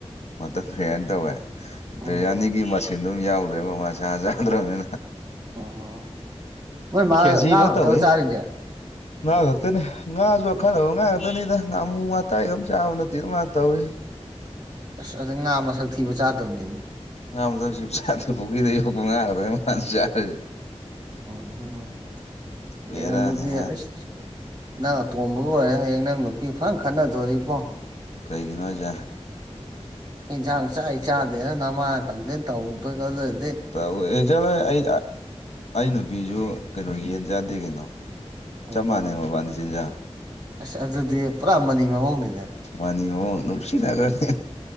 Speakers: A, on the left; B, on the right.
A: ꯃꯇꯟ ꯐꯔꯦꯌꯥꯟ ꯇꯧꯋꯦ ꯕꯔꯦꯌꯥꯅꯤꯒꯤ
B: ꯎꯝ
A: ꯃꯁꯤꯟꯗꯨꯝ ꯌꯥꯎꯗ꯭ꯔꯦꯕ ꯃꯥꯁꯥ ꯆꯥꯗ꯭ꯔꯅꯤꯅ
B: ꯎꯝ ꯅꯣꯏ ꯃꯥ
A: ꯈꯦꯆꯤꯕ
B: ꯉꯥ ꯈꯛꯇꯔꯣ
A: ꯇꯧꯋꯦ
B: ꯆꯥꯔꯤꯁꯦ
A: ꯉꯥ ꯈꯛꯇꯅꯤ ꯉꯥꯁꯨ ꯑꯈꯟꯅꯕ ꯉꯥ ꯈꯥꯛꯛꯇꯅꯤꯗ ꯉꯥꯃꯨ ꯉꯇꯥꯏꯒ ꯑꯝ ꯆꯥꯕ ꯅꯠꯇꯦ ꯃꯥꯅ ꯇꯧꯔꯤ
B: ꯑꯁ ꯑꯗꯩ ꯉꯥ ꯃꯁꯛ ꯊꯤꯕ ꯆꯥꯗꯕꯅꯦꯃꯦ
A: <unintelligible>
B: ꯎꯝ ꯎꯝ ꯎꯝ ꯍꯌꯦꯡ
A: ꯕꯦꯔꯅꯤ
B: ꯑꯗꯨꯗꯤ
A: ꯃꯥ
B: ꯑꯩꯁ ꯅꯪ ꯑꯇꯣꯝꯕ ꯑꯣꯏꯔꯦ ꯍꯌꯦꯡ ꯅꯪ ꯅꯨꯄꯤ ꯐꯔꯪ ꯈꯠꯅꯗꯣꯔꯤꯕꯣ
A: ꯀꯩꯒꯤꯅꯣ ꯍꯥꯏꯁꯦ
B: ꯏꯟꯁꯥꯡ ꯆꯥꯏ ꯆꯥꯗꯦꯅ ꯅꯃꯥꯅ ꯀꯝꯄ꯭ꯂꯦꯟ ꯇꯧꯕꯗꯅꯦ
A: ꯇꯧꯌꯦ ꯑꯩꯆꯠꯂꯣꯏ ꯑꯩ ꯑꯩ ꯅꯨꯄꯤꯖꯨ ꯀꯩꯅꯣ ꯌꯦꯟ ꯆꯥꯗꯦ ꯀꯩꯅꯣ
B: ꯎꯝ
A: ꯆꯞ ꯃꯥꯟꯅꯩ ꯃꯕꯥꯅꯤ ꯆꯤꯟꯖꯥꯛ
B: ꯑꯁ ꯑꯗꯨꯗꯤ ꯄꯨꯔꯥ ꯃꯅꯤ ꯃꯃꯧꯅꯤꯅꯦ
A: ꯃꯥꯅꯤ ꯃꯃꯧ ꯅꯨꯡꯁꯤꯅꯈ꯭ꯔꯅꯤ